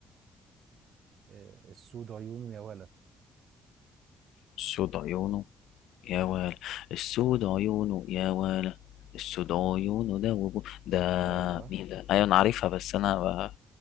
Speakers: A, on the right (about 60°); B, on the left (about 85°).
A: آه، السود عيونه يا ولد
B: سود عيونه يا ويل السود عيونه يا ويل السود عيونه ده وبو ده
A: أيوه
B: مين ده ايوه انا عارفها بس انا ب-